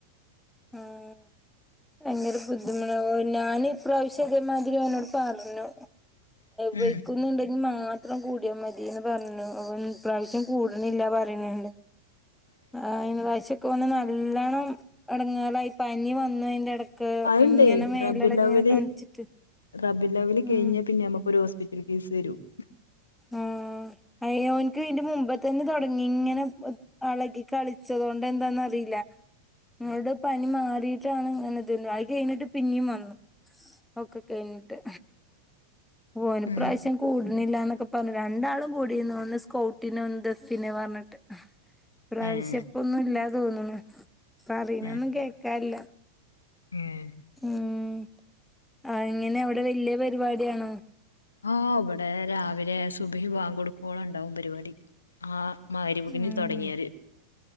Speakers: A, in the centre; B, on the left.
A: ആഹ് <unintelligible> <unintelligible> ഞാന് ഇപ്രാവശ്യം അതേമാതിരി അവനോട് പറഞ്ഞു
B: ഉം
A: പയോഗിക്കുന്നുണ്ട ഞ് മാത്രം കൂടിയാൽ മതിന്ന് പറഞ്ണ് അവ ഇപ്രാവശ്യം കൂടണില്ല പറയണണ്ട് ആഹ് ന പ്രാവ്ച ക്കെ വന്ന്ണ് നല്ലണ്ണം ഇടങ്ങലായി പനി വന്നു അയ്ന്റെ ഇട ക്കെ
B: അതുണ്ടേ
A: ഇങ്ങനെ മേലളക്കി
B: റബിലവല്
A: ഇങ്ങനെ കാണിച്ചിട്ട്
B: റബിലവല് കഴിഞ്ഞാൽ
A: ഉം
B: പിന്നെ <unintelligible>
A: ആഹ് അയോൻക്ക് ഇന്റെ മുമ്പ് തന്നെ തുടങ് നിങ്ങനെ അളകി കളിച്ചതൊണ്ട് എന്താന്നറിയില്ല ങ്ങളുടെ പനി മാറിട്ടാണ് ഇങ്ങനെത് അയി കഴിഞ്ഞിട്ട് പിന്നെയും വന്നു അഓക്കെ കഴിഞ്ഞിട്ട് പോഓന്
B: ഉം
A: പ്രാവശ്യം കുടുന്നില്ലന്നൊക്കെ പറഞ്ഞു രണ്ടാളും കൂടീന്നു ഒന്ന് സ്കൗട്ടിനുണ്ട് പിന്നെ പർഞ്ട്ട് പ്രാവശ്യപ്പൊന്നും
B: ഏഹ്
A: ഇല്ലാ തോന്നണ പറീണന്നും
B: ഏഹ്
A: കേക്കാല്ല
B: ഏഹ്
A: ഉം ആഹ് ഇങ്ങനെ അവിടെ വല്യ പരിപാടിയാണോ
B: ആഹ് ഇവിടെ രാവിലെ സുബഹ് വാൻ കൊടുക്കോള ണ്ടാവും പരിപാടി ആഹ് മഹ്രിപിന്
A: ഉം
B: തുടങ്ങിയാല്